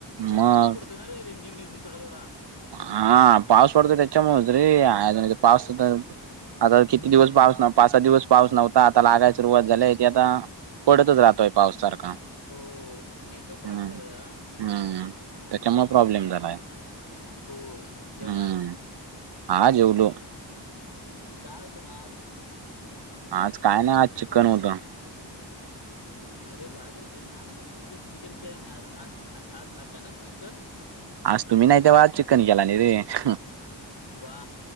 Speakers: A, on the left (about 65°); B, on the right (about 65°).
A: कारण
B: मग
A: पाऊस पडतोय ना रे रिमझिम- रिमझिम थोडा- थोडा.
B: हा पाऊस पडतो त्याच्यामुळे रे अ पाऊस आता किती
A: हम्म
B: दिवस पाऊस ना पाच सहा दिवस पाऊस नव्हता आता लागायला सुरुवात झालीय की आता पडतच राहतोय पाऊस सारखा.
A: होय नेटवर्क प्रॉब्लेम
B: हम्म
A: झाला जरा त्यामुळे
B: हम्म
A: हम्म.
B: त्याच्यामुळे प्रॉब्लेम झालाय
A: हो जेवलास?
B: हम्म हा जेवलो.
A: काय होतं मग आज?
B: आज काय नाही आज चिकन होत.
A: अरे भारी रे आम्ही असून तर कधी चिकन केला नाही आज अचानक चिकन?
B: आज तुम्ही नाही तेव्हा चिकन केला नाही रे.
A: वाह.